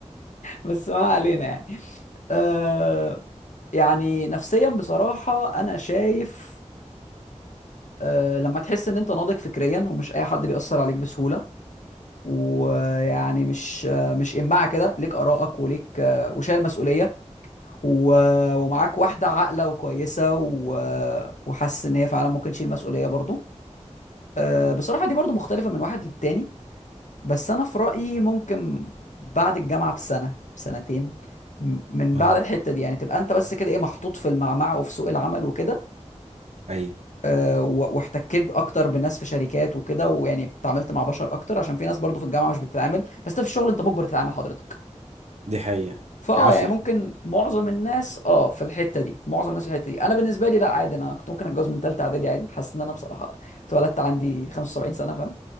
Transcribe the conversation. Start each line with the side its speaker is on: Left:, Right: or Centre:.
Left: بس ما علينا يعني آه يعني نفسيا بصراحه انا شايف آه لما تحس ان انت ناضج فكريا ومش اي حد بيأثر عليك بسهوله ويعني مش آه مش إماعة كده ليك آرائك وليك آه وشايل مسؤولية و... ومعاك واحدة عاقلة وكويسة و... وحاسس إن هي فعلا ممكن تشيل مسؤولية برضو أه بصراحة دي برضو مختلفة من واحد للتاني بس أنا في رأيي ممكن بعد الجامعة بسنة بسنتين م- من
Right: اهو
Left: بعد الحتة دي يعني تبقى أنت بس كده إيه محطوط في المعمعة وفي سوق العمل وكده
Right: ايوه
Left: أه و- واحتكيت أكتر بناس في شركات وكده ويعني اتعاملت مع بشر أكتر عشان في ناس برضو في الجامعة مش بتتعامل بس أنت في الشغل أنت مجبر تتعامل حضرتك
Right: دي حقيقه
Left: فاه
Right: عافيه
Left: يعني ممكن معظم الناس اه في الحته دي معظم الناس في الحته دي انا بالنسبه لي لا عادي انا كنت ممكن اتجوز من ثالثه اعدادي عادي حاسس ان انا بصراحه اتولدت عندي 75 سنه فاهم